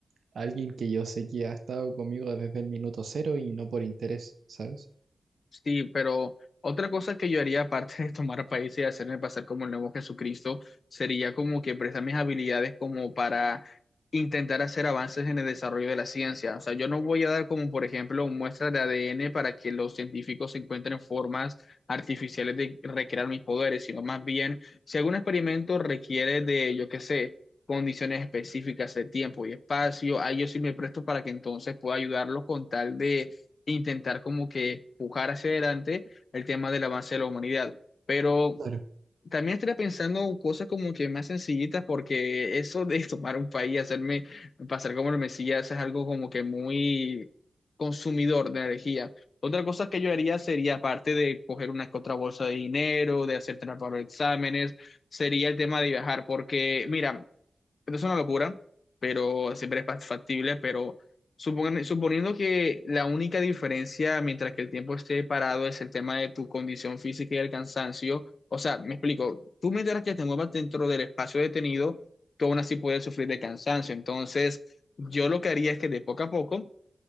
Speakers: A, on the right; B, on the left.
A: alguien que yo sé que ha estado conmigo desde el minuto cero y no por interés, ¿sabes?
B: Sí, pero otra cosa que yo haría aparte de tomar países y hacerme pasar como el nuevo Jesucristo sería como que prestar mis habilidades como para intentar hacer avances en el desarrollo de la ciencia. O sea, yo no voy a dar como, por ejemplo, muestras de ADN para que los científicos encuentren formas artificiales de recrear mis poderes, sino más bien, si algún experimento requiere de, yo qué sé, condiciones específicas de tiempo y espacio, ahí yo sí me presto para que entonces pueda ayudarlos con tal de intentar como que pujar hacia adelante el tema del avance de la humanidad. Pero
A: Claro,
B: también estaría pensando en cosas como que más sencillitas, porque eso de <laughs> tomar un país y hacerme pasar como el Mesías es algo como que muy consumidor de energía. Otra cosa que yo haría sería, aparte de coger una que otra bolsa de dinero, de hacer trampa para los exámenes, sería el tema de viajar, porque mira, esto es una locura, pero siempre es fa- factible, pero supon- suponiendo que la única diferencia mientras que el tiempo esté parado es el tema de tu condición física y el cansancio, o sea, me explico, tú mientras que te muevas dentro del espacio detenido, tú aún así puedes sufrir de cansancio, entonces yo lo que haría es que de poco a poco